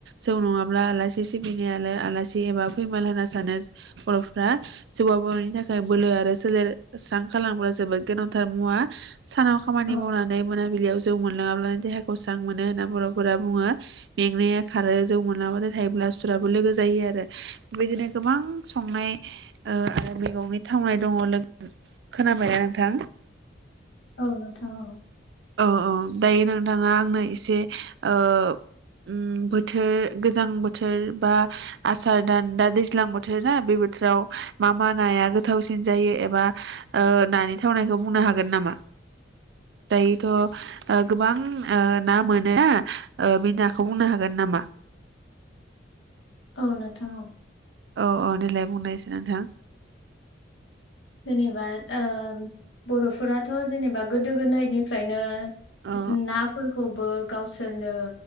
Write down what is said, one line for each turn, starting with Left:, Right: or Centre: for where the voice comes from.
Right: जौ नङाब्ला। ब्ला आलासि सिबिनाय आलासि एबा फैमाल होनना सानो बर'फ्रा जौआ बर'नि थाखाय बोलो आरो सोलेर स्रां खालामब्ला जोबोद गोनांथार मुवा। सानाव खामानि
Left: औ
Right: मावनानै मोनाबिलियाव जौ मोनलाङाब्लानो देहाखौ स्रां। मोनो होन बर' फोरा बुङो मेंनाया खारो जौ। मोनाबाथाय थायोब्ला सुराबो लोगो जायो आरो बिदिनो गोबां संनाय ओ आरो मैगंनि थावनाय दङ खोनाबायना नोंथां।
Left: औ नोंथां औ।
Right: औ-औ दायो नोंथाङा आंनो एसे ओ उम बोथोर गोजां बोथोर बा आसार दान दा दैज्लां बोथोर ना बे बोथोराव मा-मा नाया गोथावसिन जायो एबा ओ नानि थावनायखौ बुंनो हागोन नामा। दायोथ' ओ गोबां ओ ना मोनो बे नाखौ बुंनो हागोन नामा।
Left: औ नोंथां औ।
Right: औ औ देलाय बुंनायसाय नोंथां।
Left: जेनेबा ओ बर'फोराथ' जेनेबा गोदो गोनदायनिफ्रायनो।
Right: औ
Left: नाफोरखौबो। गावसोरनो